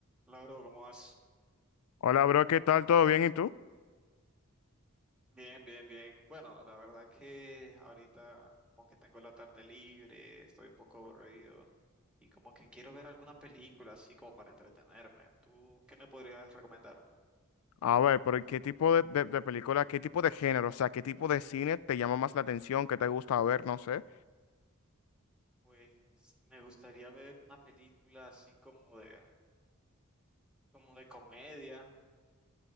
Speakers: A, in the centre; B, on the left.
A: Lauro, ¿cómo vas?
B: Hola, bro, ¿qué tal? ¿Todo bien? ¿Y tú?
A: Bien, bien, bien. Bueno, la verdad que ahorita como que tengo la tarde libre, estoy un poco aburrido y como que quiero ver alguna película así como para entretenerme. ¿Tú qué me podrías recomendar?
B: A ver, pero ¿qué tipo de, de, de película, qué tipo de género, o sea, qué tipo de cine te llama más la atención, qué te gusta ver, no sé?
A: Pues me gustaría ver una película así como de como de comedia. <laughs>